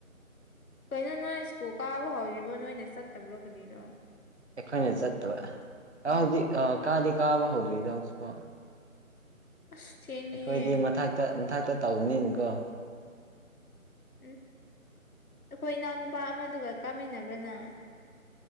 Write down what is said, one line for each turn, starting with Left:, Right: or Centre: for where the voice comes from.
Left: ꯀꯩꯅꯣ ꯅꯣꯏ ꯁ꯭ꯀꯨꯜ ꯀꯥꯕ ꯍꯧꯔꯤꯕꯣ ꯅꯣꯏꯅ ꯆꯠꯇꯕ꯭ꯔꯣ ꯀꯔꯤꯔꯣ
Right: ꯑꯩꯈꯣꯏꯅ ꯆꯠꯇꯕ
Left: ꯑꯣ
Right: ꯍꯧꯖꯤꯛ ꯀꯥꯗꯤ ꯀꯥꯕ ꯍꯧꯗ꯭ꯔꯤꯗ ꯍꯧꯖꯤꯛꯀꯥꯎ
Left: ꯑꯁ ꯊꯦꯡꯉꯤꯍꯦ
Right: ꯑꯩꯈꯣꯏꯗꯤ ꯃꯊꯛꯇ ꯃꯊꯛꯇ ꯇꯧꯕꯅꯤꯅꯤꯀꯣ
Left: ꯎꯝ ꯑꯩꯈꯣꯏ ꯏꯅꯥꯎꯅꯨꯄꯥ ꯑꯃꯗꯨꯒ ꯀꯥꯃꯤꯟꯅꯕ꯭ꯔꯅ